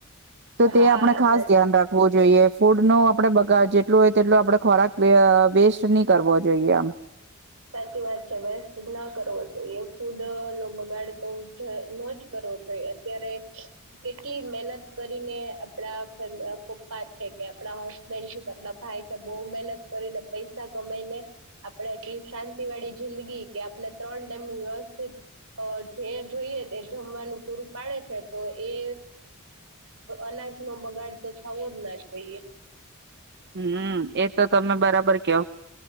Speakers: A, on the right; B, on the right.
A: તો તે
B: હા
A: આપણે ખાસ
B: સાચ
A: ધ્યાન રાખવું જોઈએ, ફૂડ નો આપણે બ ગાડ જેટલો હોય તેટલો આપણે ખોરાક વે અ વેસ્ટ ની કરવો જોઈએ આમ.
B: સાચી વાત છે, વેસ્ટ ના કરવો જોઈએ, ફૂડનો બગાડતો જ ન જ કરવો જોઈએ, અત્યારે કેટલી મહેનત કરીને આપડા ખ પપ્પા છે કે, આપણા હસબેન્ડ છે, કે આપડા ભાઈ છે, બહુ મહેનત કરીને પૈસા કમાઈને આપણે એ શાંતિ વાળી જિંદગી કે આપણે ત્રણ ટાઈમનું વ્યવસ્થિત અ જે જોઈએ તે જમવાનું પૂરું પાડે છે, તો એ અનાજનો બગાડ તો થવો જ ના જોઈએ.
A: હમ્મ્મ. એ તો તમે બરાબર કેવો.